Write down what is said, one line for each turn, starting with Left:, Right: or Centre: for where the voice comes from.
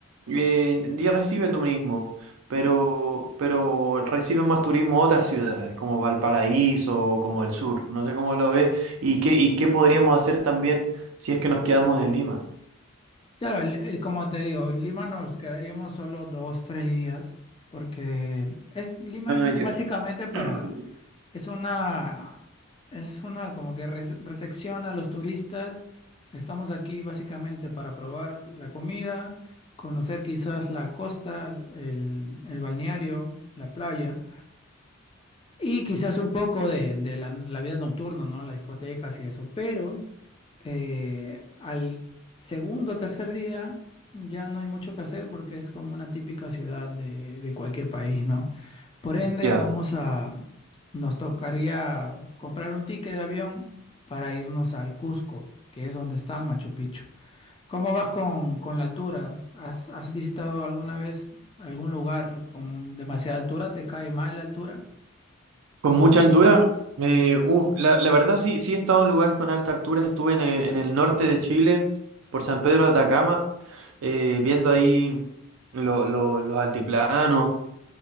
Right: eh, ya recibe turismo, pero, pero reciben más turismo otras ciudades, como Valparaíso o como el sur, no sé cómo lo ves, y qué, y qué podríamos hacer también si es que nos quedamos en Lima.
Left: claro, el- el- como te digo, en Lima nos quedaríamos solo dos, tres días, porque es Lima
Right: Ah,
Left: es básicamente
Right: ya.
Left: para,
Right: <clears throat>
Left: es una, es una como que res- recepción a los turistas. Estamos aquí básicamente para probar la comida, conocer quizás la costa, el, el balneario, la playa. Y quizás un poco de, de la, la vida nocturna, ¿no? Las discotecas y eso. Pero eh, al segundo o tercer día ya no hay mucho que hacer porque es como una típica ciudad de, de cualquier país, ¿no? Por ende,
Right: Ya.
Left: vamos a, nos tocaría comprar un ticket de avión para irnos al Cusco, que es donde está el Machu Picchu. ¿Cómo vas con, con la altura? ¿Has, has visitado alguna vez algún lugar con demasiada altura? ¿Te cae mal la altura?
Right: Con mucha altura, eh, uf, la, la verdad sí, sí he estado en lugares con alta altura, estuve en, el en el norte de Chile, por San Pedro de Atacama, eh, viendo ahí lo- lo- los altiplanos,